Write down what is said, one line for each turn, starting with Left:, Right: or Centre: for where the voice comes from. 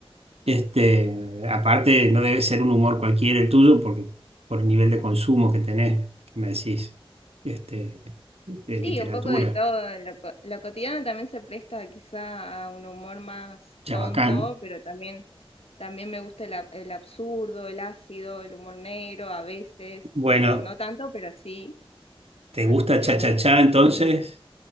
Right: Este, aparte, no debe ser un humor cualquiera el tuyo, porque por el nivel de consumo que tenés, que me decís, este, de literatura,
Left: Sí, un poco de todo. Lo, co- lo cotidiano también se presta quizá a un humor más
Right: chabacán.
Left: tonto, pero también, también me gusta el, ab- el absurdo, el ácido, el humor negro a veces.
Right: Bueno,
Left: No, no tanto, pero sí.
Right: ¿te
Left: Así
Right: gusta
Left: que
Right: Cha-Cha-Cha
Left: bueno.
Right: entonces?